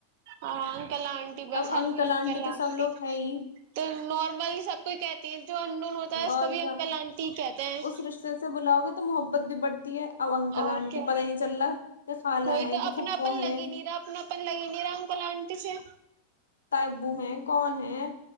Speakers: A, on the right (about 50°); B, on the left (about 70°).
A: ہاں انکل آنٹی بس
B: اب
A: ہر کو انکل
B: تو
A: آنٹی
B: سب لوگ ہیں ہی
A: تو نارملی سب کوئی کہتی ہیں جو انڈون ہوتا ہے اس
B: اور
A: کو بھی
B: کیا
A: انکل آنٹی کہتے ہیں
B: اس رشتے سے بلاؤ گے تو محبت بھی بڑھتی ہے اب انکل
A: اور
B: آنٹی
A: کیا
B: پتہ ہی نہیں چل رہا کہ خالہ
A: کوئی
B: ہیں
A: تو
B: کہ
A: اپنا
B: پھپھو
A: اپن
B: ہیں
A: لگی نہیں رہا اپنا اپن لگی نہیں رہا ان کل آنٹی سے
B: تائی ابو ہیں کون ہیں